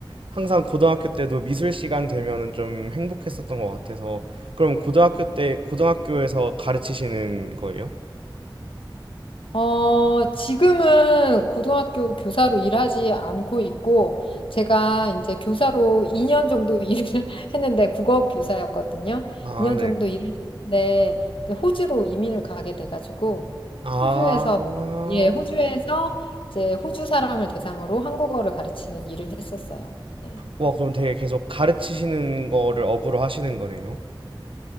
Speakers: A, on the right; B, on the left.
A: 항상 고등학교 때도 미술 시간 되면은 좀 행복했었던 것 같아서 그럼 고등학교 때 고등학교에서 가르치시는 거예요?
B: 어, 지금은 고등학교 교사로 일하지 않고 있고, 제가 이제 교사로 2년 정도 <laughs> 일을 했는데, 국어 교사였거든요.
A: 아,
B: 2년
A: 네.
B: 정도 일을 했는데, 이제 호주로 이민을 가게 돼가지고,
A: 아,
B: 호주에서, 예, 호주에서 이제 호주 사람을 대상으로 한국어를 가르치는 일을 했었어요. 네.
A: 와, 그럼 되게 계속 가르치시는 거를 업으로 하시는 거네요.